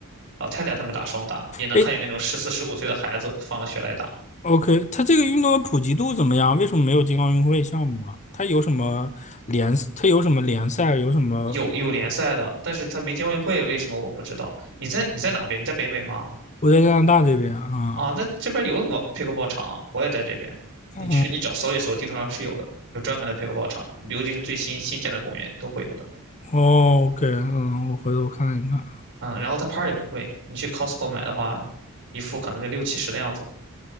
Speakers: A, on the right; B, on the left.
A: 老太太他们打双打，也能看见那种十四十五岁的孩子放了学来打。
B: 哎，OK，它这个运动的普及度怎么样？为什么没有进奥运会项目啊？它有什么联？它有什么联赛？有什么？
A: 有有联赛的，但是他没进奥运会，为什么我不知道？你在你在哪边？你在北美吗？
B: 我在加拿大这边啊，
A: 啊，那这边有网 pickleball 场啊我也在这边。
B: 嗯
A: 你去你找搜一搜，地图上是有的，有专门的 pickleball 场，尤其是最新新建的公园都会有的。
B: 哦，OK，嗯，我回头看一看。
A: 嗯，然后它拍儿也不贵，你去 Costco 买的话，一副可能就六七十的样子，